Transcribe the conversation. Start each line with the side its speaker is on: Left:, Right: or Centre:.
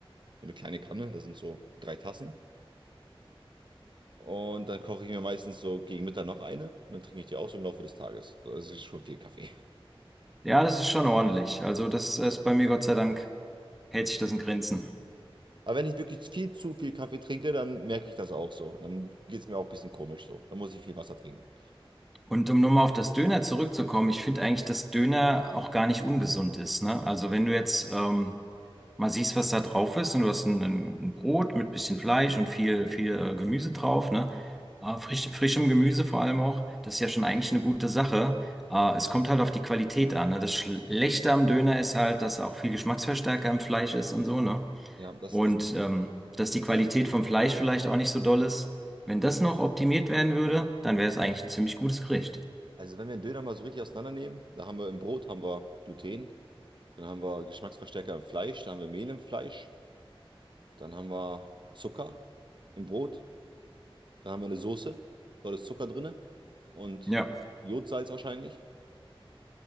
Right: so eine kleine Kanne, Da sind so drei Tassen. Und dann koche ich mir meistens so gegen Mittag noch eine und dann trinke ich die auch so im Laufe des Tages. So, Also es ist schon viel Kaffee.
Centre: Ja, das ist schon ordentlich. Also das ist bei mir Gott sei Dank hält sich das in Grenzen.
Right: <laughs> Aber wenn ich wirklich viel zu viel Kaffee trinke, dann merke ich das auch so. Dann geht es mir auch ein bisschen komisch so. Dann muss ich viel Wasser trinken.
Centre: Und um nochmal auf das Döner zurückzukommen, ich finde eigentlich, dass Döner auch gar nicht ungesund ist, ne? Also wenn du jetzt ähm, mal siehst, was da drauf ist und du hast ein, ein ein Brot mit bisschen Fleisch und viel, viel äh, Gemüse drauf, ne? Äh, frisch, frischem Gemüse vor allem auch, das ist ja schon eigentlich eine gute Sache. Äh, es kommt halt auf die Qualität an, ne? Das Schlechte am Döner ist halt, dass auch viel Geschmacksverstärker im Fleisch ist und so, ne?
Right: Ja, das
Centre: Und
Right: ist das.
Centre: ähm, dass die Qualität vom Fleisch vielleicht auch nicht so doll ist. Wenn das noch optimiert werden würde, dann wäre es eigentlich ein ziemlich gutes Gericht.
Right: Also wenn wir einen Döner mal so richtig auseinandernehmen, da haben wir im Brot haben wir Gluten, dann haben wir Geschmacksverstärker im Fleisch, dann haben wir Mehl im Fleisch, dann haben wir Zucker im Brot, Da haben wir eine Soße, dort ist Zucker drin und
Centre: Ja,
Right: Jodsalz wahrscheinlich.